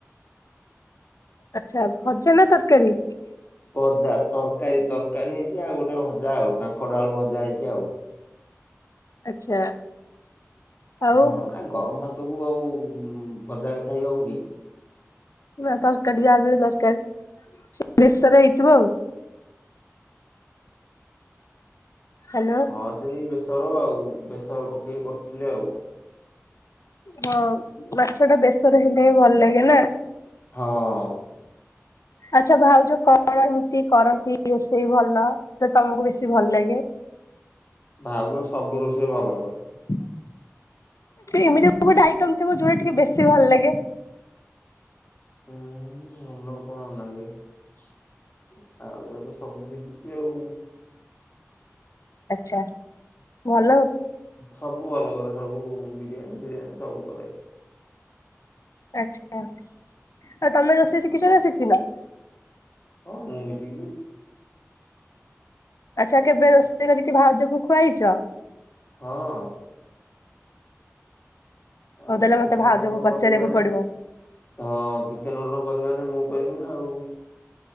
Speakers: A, on the left (about 80°); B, on the left (about 40°).
A: ଆଚ୍ଛା ଭଜା ନା ତରକାରୀ?
B: ଭଜା ତରକାରୀ ତରକାରୀ ହେଇଛି ଆଉ ଗୋଟେ ଭଜା ଆଉ କାଙ୍କଡ ଆଳୁ ଭଜା ହେଇଛି ଆଉ।
A: ଆଚ୍ଛା। ଆଉ
B: ହଁ ଆରେ ଗରମ ଭାତ କୁ ଆଉ ଭଜା ଖାଇ ହବ କି?
A: ନା ତରକାରୀ ଯାହା ବି ହେଲେ ଦରକାର ସେ ବେଶର ହେଇଥିବ ଆଉ। ହ୍ୟାଲୋ।
B: ହଁ ସେଇ ବେସର ଆଉ ବେସର ପକେଇକି କରିଥିଲେ ଆଉ।
A: ହଁ ମାଛ ଟା ବେଶର ହେଲେ ବି ଭଲ ଲାଗେ ନା।
B: ହଁ।
A: ଆଛା ଭାଉଜ କଣ ଏମିତି କରନ୍ତି ରୋଷେଇ ଭଲ ତ ତମକୁ ବେଶୀ ଭଲ ଲାଗେ?
B: ଭାଉଜ ସବୁ ରୋଷେଇ ଭଲ କରେ।
A: <unintelligible> ଏମିତି ଗୋଟେ ଆଇଟମ ଥିବ ଯୋଉଟା ଟିକେ ବେଶୀ ଭଲ ଲାଗେ।
B: <unintelligible> ଭାଉଜ ତ ସବୁ ଶିଖିଚି ଆଉ।
A: ଆଚ୍ଛା ଭଲ।
B: ସବୁ ଭଲ କରେ ସବୁ ବିରିୟାନୀ ଫିରିୟାନୀ ସବୁ କରେ।
A: ଆଚ୍ଛା ଆଉ ତମେ ରୋଷେଇ ଶିଖିଛ ନା ଶିଖିନ?
B: ହଁ ମୁଁ ବି ଶିଖିଚି।
A: ଆଚ୍ଛା କେବେ ରୋଷେଇ କରିକି ଭାଉଜକୁ ଖୁଆଇଛ?
B: ହଁ। ଆଉ
A: ହଉ ତାହେଲେ ମତେ
B: ଚିକେନ
A: ଭାଉଜଙ୍କୁ
B: ମଟନ
A: ପଚାରିବାକୁ
B: କରିବି ମାନେ
A: ପଡିବ।
B: ହଁ ଚିକେନ, ମଟନ କରିବି ମାନେ ମୁଁ କରିବି ନା ଆଉ।